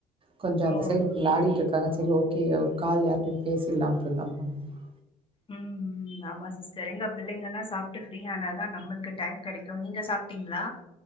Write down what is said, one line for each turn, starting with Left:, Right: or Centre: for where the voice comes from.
Right: கொஞ்சோ
Left: ஓ
Right: அந்த சைடு
Left: ஓகே
Right: வ்ளாடிட்டு இருக்காங்க சேரி ஓக்கே ஒரு கால் யார்ட்டயு பேசிர்லா அப்டினுதா போன் பண்ணே
Left: ம் ஹூம் ஆமா சிஸ்டர் எங்க பிள்ளங்கெல்லா சாப்ட்டு ஃப்ரீயானாதா நம்மள்க்கு டைம் கெடைக்கும் நீங்க சாப் சாப்டீங்ளா